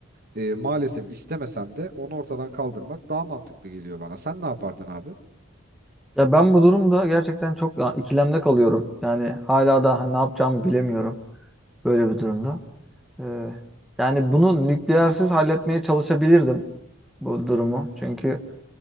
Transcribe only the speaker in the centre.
Ya ben bu durumda gerçekten çok ya, ikilemde kalıyorum. Yani hala da hani ne yapacağımı bilemiyorum. Böyle bir durumda. Ee, yani bunu nükleersiz halletmeye çalışabilirdim bu durumu. Çünkü